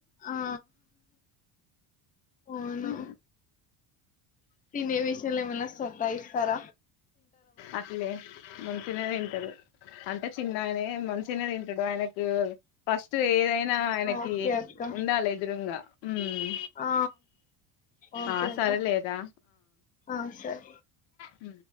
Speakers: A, on the left; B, on the left.
A: ఆ అవును
B: హ్మ్.
A: తినే విషయంలో ఎమైన సతాయిస్థార?
B: అట్లే మంచినే తింటరు అంటే చిన్నాయనే మంచినే తింటాడు ఆయనకు ఫస్ట్ ఏదైనా ఆయనకి
A: ఓకే అక్క.
B: ఉండాలి ఎదురుంగా హ్మ్
A: ఆ ఓకే
B: ఆ
A: అక్క
B: సరేలేరా
A: ఆ సరే
B: ఊ